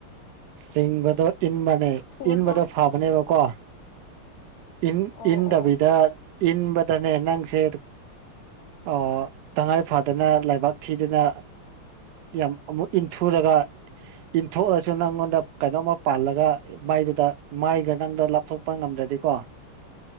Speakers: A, on the right; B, on the left.
A: ꯆꯤꯡꯕꯗꯣ ꯏꯟꯕꯅꯦ
B: ꯐꯣꯟ
A: ꯏꯟꯕꯗꯣ
B: ꯐꯥꯎ
A: ꯐꯕꯅꯦꯕꯀꯣ ꯏꯟ
B: ꯑꯣ
A: ꯏꯟꯗꯕꯤꯗ
B: ꯑꯣ
A: ꯏꯟꯕꯗꯅ ꯅꯪ ꯁꯦꯔ ꯑꯣ ꯇꯉꯥꯏ ꯐꯗꯅ ꯂꯩꯕꯥꯛ ꯊꯤꯗꯅ ꯌꯥꯝ ꯑꯃꯨꯛ ꯏꯟꯊꯨꯔꯒ ꯏꯟꯊꯣꯛꯑ ꯁꯨ ꯅꯪꯉꯣꯟꯗ ꯀꯩꯅꯣꯝꯃ ꯄꯥꯜꯂꯒ ꯃꯥꯏꯗꯨꯗ ꯃꯥꯏꯒ ꯅꯪꯗꯣ ꯂꯥꯞꯊꯣꯛꯄ ꯉꯝꯗ꯭ꯔꯗꯤꯀꯣ